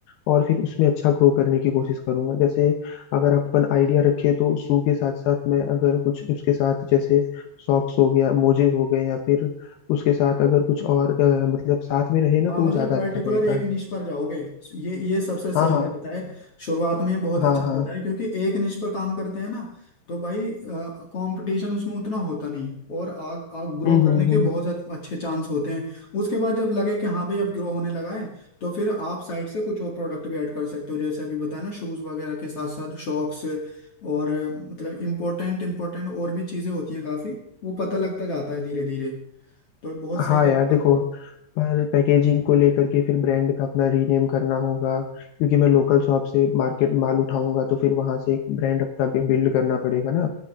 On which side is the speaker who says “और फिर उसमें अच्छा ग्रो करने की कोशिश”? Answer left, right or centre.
Left